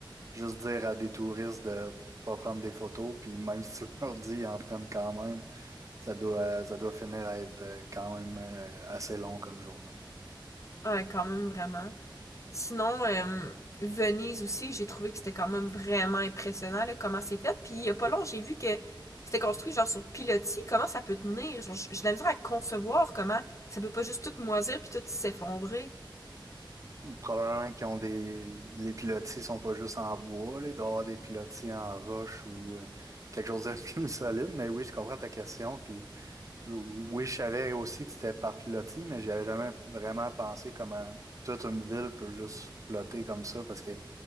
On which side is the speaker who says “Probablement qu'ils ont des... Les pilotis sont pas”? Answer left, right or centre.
Right